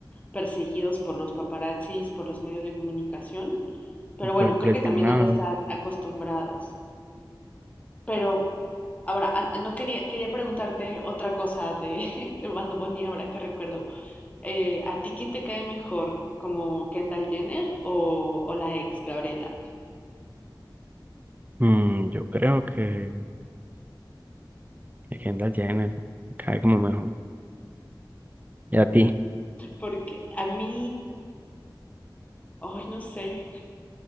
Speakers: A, on the left; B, on the right.
A: perseguidos por los paparazzis, por los medios de comunicación, pero
B: súper
A: bueno,
B: presionados.
A: creo que también han de estar acostumbrados. Pero ahora, an- no quería, quería preguntarte otra cosa de, <laughs> de Bad Bunny, ahora que recuerdo. Eh, ¿a ti quién te cae mejor, como Kendall Jenner o, o la ex Gabriela?
B: Mm, yo creo que Kendall Jenner cae como mejor. ¿Y a ti?
A: Porque a mí, ay, no sé.